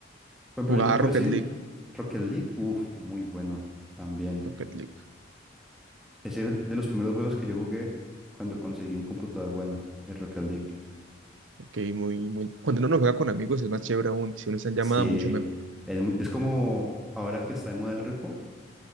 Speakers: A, in the centre; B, on the right (about 85°).
A: Por ejemplo,
B: Jugaba
A: yo te puedo
B: Rocket
A: decir
B: League.
A: Rocket League, uff, muy bueno también.
B: Rocket League.
A: Ese es de los primeros juegos que yo jugué cuando conseguí un computador bueno, el Rocket League.
B: Ok, muy, muy... Cuando uno no juega con amigos es más chévere aún. Si uno está en llamada,
A: Sí,
B: mucho mejor.
A: es, muy- es como ahora que está de moda el repo,